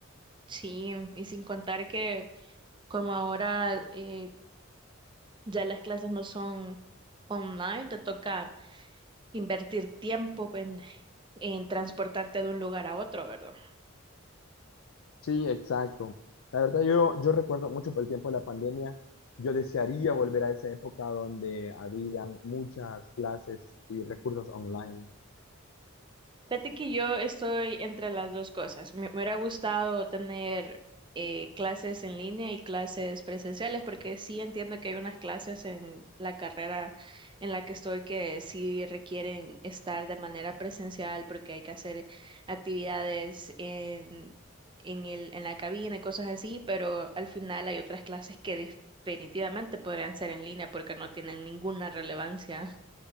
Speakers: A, on the right; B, on the left.
A: Sí, y sin contar que... Como ahora eh, ya las clases no son online, te toca invertir tiempo en, en transportarte de un lugar a otro, ¿verdad?
B: Sí, exacto. La verdad, yo, yo recuerdo mucho por el tiempo de la pandemia, yo desearía volver a esa época donde habían muchas clases y recursos online.
A: Fíjate que yo estoy entre las dos cosas. Me, me hubiera gustado tener eh, clases en línea y clases presenciales, porque sí entiendo que hay unas clases en la carrera en la que estoy que sí requieren estar de manera presencial, porque hay que hacer actividades en, en el, en la cabina y cosas así, pero al final hay otras clases que definitivamente podrían ser en línea porque no tienen ninguna relevancia